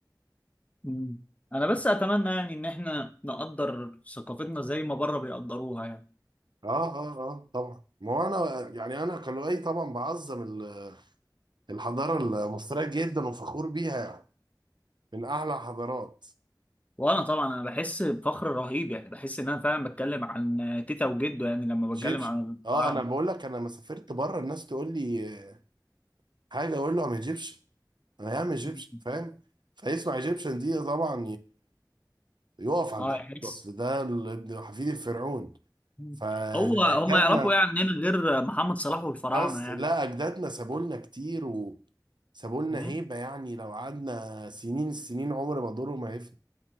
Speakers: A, on the left (about 20°); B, on the right (about 75°).
A: مم. انا بس اتمنى يعني ان احنا نقدر ثقافتنا زي ما بره بيقدروها يعني
B: اه اه اه طبعا ما هو انا يعني انا كلوعي طبعا بعظم ال- الحضاره المصريه جدا وفخور بيها يعني من اعلى حضارات
A: وانا طبعا انا بحس بفخر رهيب يعني بحس ان انا فعلا بتكلم عن تيتا وجده يعني لما
B: ايجيبشن
A: بتكلم عن الفراعنة
B: اه انا بقول لك انا لما سافرت بره الناس تقول لي آه، حاجه اقول له ام ايجيبشن انا ام ايجيبشن
A: مم.
B: فاهم فيسمع ايجيبشن دي طبعا يقف عند
A: اه
B: حد
A: يحس
B: اصل ده ال- ابن حفيد الفرعون
A: مم.
B: فاجدادنا
A: هو هم يعرفوا يعني عننا غير محمد صلاح والفراعنة
B: بس لا اجدادنا سابوا لنا كتير وسابوا لنا
A: يعني
B: هيبه يعني لو قعدنا سنين السنين عمر ما دوره ما هيفنى